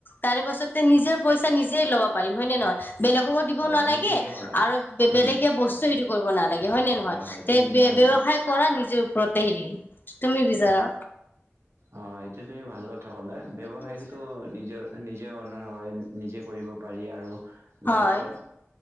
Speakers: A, on the left; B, on the right.
A: তাৰে পাছতে নিজৰ পইচা নিজে লব পাৰিম হয় নে নহয় বেলেগকো দিব
B: হয়
A: নালাগে
B: তুমি ঠিকেই ক'লা।
A: আৰু
B: উম,
A: বেলেগে বস্তু হেৰি কৰিব নালাগে হয় নে নহয়
B: হয় তুমি
A: তে
B: ভাল
A: ব্যৱসায় কৰা নিজৰ ওপৰতে হেৰি তুমি বিচাৰা
B: অঁ এইটো তুমি ভাল কথা ক'লা
A: তুমি
B: ব্যৱসায়
A: কি বিচাৰা
B: যিটো নিজৰ নিজে অনাৰ হয়, নিজে কৰিব পাৰি আৰু
A: হয়
B: লাইফত